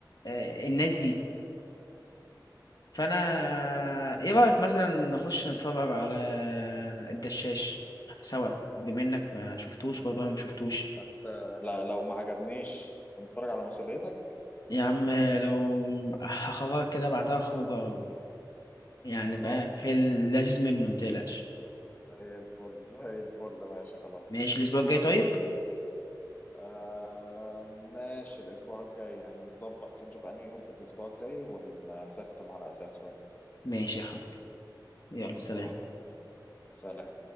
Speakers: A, on the left; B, on the left.
A: آه، الناس دي
B: آه،
A: فانا ايه رأيك مثلا نخش نتفرج على الدشاش سوا بما انك ما شفتوش
B: خلاص
A: برضه انا ما شفتوش
B: تمام. بس آه، لا لو ما عجبنيش نتفرج على مسؤوليتك
A: يا عم لو هخرجك كده بعتها خروجة يعني
B: خلاص
A: بقى في
B: زي
A: اللذيذ منه متقلقش
B: زي الفل <laughs> زي الفل ماشي خلاص
A: ماشي الأسبوع الجاي طيب
B: آه ماشي الأسبوع الجاي يعني نظبط كده نشوف أنهي يوم في الأسبوع الجاي ونسيستم على أساسه يعني
A: ماشي يا حبيبي يلا سلام
B: خلاص تمام سلام